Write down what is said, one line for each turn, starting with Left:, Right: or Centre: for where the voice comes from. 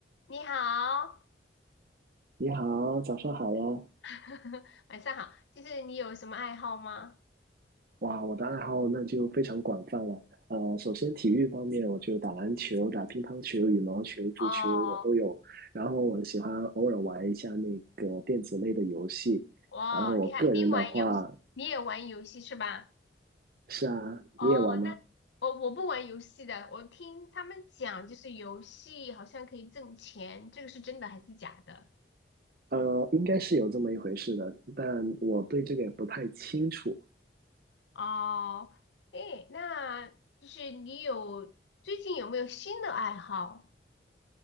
Left: 你好，
Right: 你好，早上好呀！
Left: <laughs> 晚上好。就是你有什么爱好吗？
Right: 哇，我的爱好那就非常广泛了。呃，首先体育方面，我就打篮球、打乒乓球、羽毛球、足球我都有。
Left: 哦，
Right: 然后我喜欢偶尔玩一下那个电子类的游戏。
Left: 哇，
Right: 然后我个人的话，
Left: 你还你玩游戏，你也玩游戏是吧？
Right: 是啊，
Left: 哦，
Right: 你也玩吗？
Left: 我我不玩游戏的，我听他们讲，就是游戏好像可以挣钱，这个是真的还是假的？
Right: 呃，应该是有这么一回事的，但我对这个也不太清楚。
Left: 哦，诶，那就是你有最近有没有新的爱好？